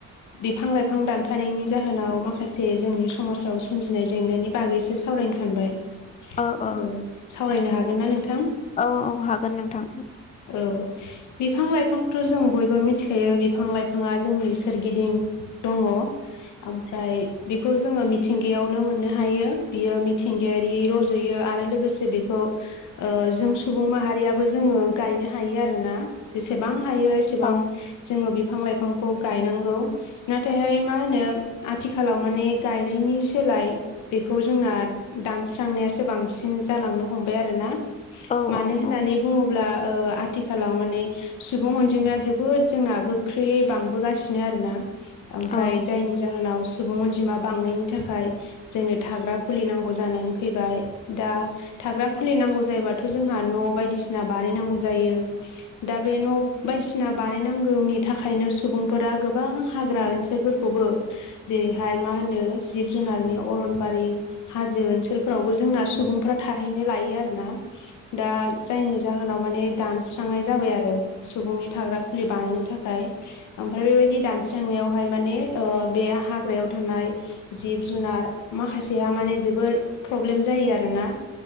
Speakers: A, on the left; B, on the left.
A: बिफां लाइफां दानफायनायनि जाहोनाव माखासे जोंनि समाजाव सोमजिनाय जेंनानि बागैसो सावरायनो सानबाय। ओ
B: औ औ
A: सावरायनो हागोन ना नोंथां?
B: औ औ हागोन नोंथां।
A: औ बिफां लाइफांखौथ' जों बयबो मिथिखायो बि फां लाइफाङा जोंनि सोरगिदिं दङ। ओमफ्राय बेखौ जोङो मिथिंगायावनो मोननो हायो बियो मिथिंगायारि रज जयो आरो लोगोसे बेखौ ओ जों सुबुं माहारियाबो जोङो गायनो हायो आरोना जेसेबां हायो एसेबां
B: औ
A: जोङो बिफां लाइफांखौ गायनांगौ नाथायहाय मा होनो आथिखालाव माने गायनायनि सोलाय बेखौ जोंना दानस्रांनायासो बांसिन जालांनो हमबाय आरोना।
B: औ
A: मानो होननानै
B: औ
A: बुङोब्ला ओ आथिखालाव माने सुबुं अनजिमाया जोबोद जोंना गोख्रैयै बांबोगासिनो आरोना ओमफ्राय
B: औ
A: जायनि जाहोनाव सुबुं अनजिमा बांनायनि थाखाय जोंनो थाग्रा खुलिनांगौ जानानै फैबाय दा थाग्रा खुलिनांगौ जायोबाथ' जोंहा न' बायदिसिना बानायनांगौ जायो दा बे न' बायदिसि ना बानायनांगौनि थाखायनो सुबुंफोरा गोबां हाग्रा ओनसोलफोरखौबो जेरैहाय मा होनो जिब जुनारनि अरनबारि हाजो ओनसोलफोरावबो जोंना सुबुंफ्रा थाहैनो लायो आरोना। दा जायनि जाहोनाव माने दानस्रांनाय जाबाय आरो सुबुंनि थाग्रा खुलि बानायनो थाखाय। ओमफ्राय बेबायदि दानस्रांनायावहाय माने बे हाग्रायाव थानाय जिब जुनार माखासेहा माने जोबोर प्रब्लेम जायो आरोना।